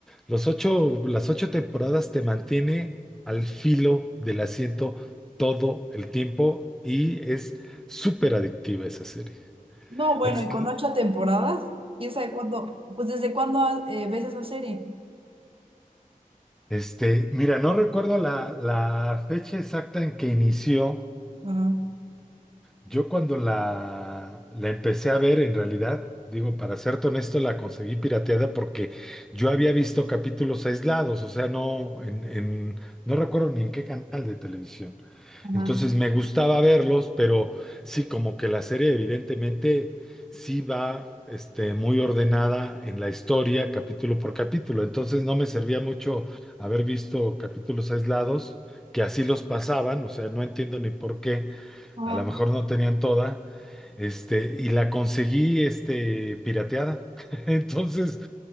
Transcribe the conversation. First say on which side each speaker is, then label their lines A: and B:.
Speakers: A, in the centre; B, on the right.
A: los ocho, las ocho temporadas te mantiene al filo del asiento todo el tiempo y es súper adictiva esa serie.
B: No, bueno,
A: Es,
B: y con ocho temporadas, quién sabe cuándo, pues desde cuándo ah, eh, ves esa serie.
A: Este, mira, no recuerdo la, la fecha exacta en que inició,
B: Ajá,
A: yo cuando la, la empecé a ver, en realidad, digo, para serte honesto, la conseguí pirateada porque yo había visto capítulos aislados, o sea, no, en, en- no recuerdo ni en qué canal de televisión.
B: ajá,
A: Entonces me gustaba verlos, pero sí, como que la serie evidentemente sí va, este, muy ordenada en la historia, capítulo por capítulo. Entonces no me servía mucho haber visto capítulos aislados, que así los pasaban, o sea, no entiendo ni por qué
B: ajá,
A: a lo mejor no tenían toda. Este, y la conseguí, este, pirateada. <laughs> Entonces,